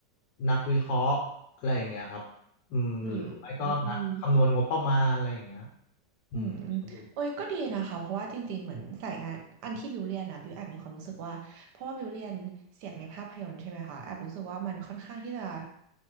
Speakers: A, on the left (about 85°); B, on the right (about 70°).
A: นักวิเคราะห์อะไรอย่างเงี้ยครับอืมหรือไม่ก็นักคำนวณงบประมาณอะไรอย่างเงี้ย
B: อืมอืม
A: อืมอยู่
B: อืมโอ้ยก็ดีนะคะเพราะว่าจริงๆเหมือนสายงานอันที่บิวเรียนนะบิวแอบมีความรู้สึกว่าเพราะว่าบิวเรียนเสียงในภาพยนตร์ใช่ไหมคะแอบรู้สึกว่ามันค่อนข้างที่จะ